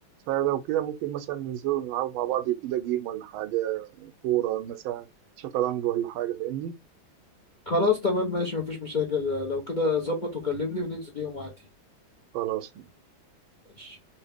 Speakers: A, on the right (about 85°); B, on the left (about 45°).
A: فلو كده ممكن مثلا ننزل نلعب مع بعض كده جيم ولا حاجة كورة مثلا شطرنج ولا حاجة فاهمني؟
B: خلاص تمام ماشي مفيش مشاكل آه، لو كده ظبط وكلمني وننزل يوم عادي
A: خلاص
B: ماشي